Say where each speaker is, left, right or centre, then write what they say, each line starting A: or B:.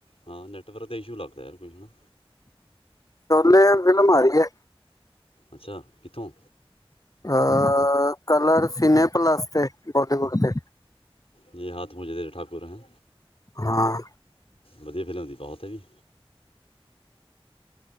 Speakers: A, on the left (about 75°); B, on the left (about 35°).
A: ਹਾਂ ਨੈਟਵਰਕ ਤੇ ਇਸ਼ੂ ਲੱਗਦਾ ਯਾਰ ਕੁਛ ਹਨ ਨਾ।
B: ਮੈ ਵਿਲਮਾਰੀ ਏ।
A: ਅੱਛਾ ਇਥੋਂ
B: ਅ ਕਲਰ ਸਿਨੇਪਲਸ ਤੇ ਬੋਲੀਵੁਡ ਤੇ।
A: ਜੇ ਹਥ ਮੁਝੇ ਦੇ ਠੱਕ। ਕੁਰ ਹੈ।
B: ਹਾਂ।
A: ਵਧੀਆ ਫਿਲਮ ਦੀ ਬਹੁਤ ਹੈ ਵੀ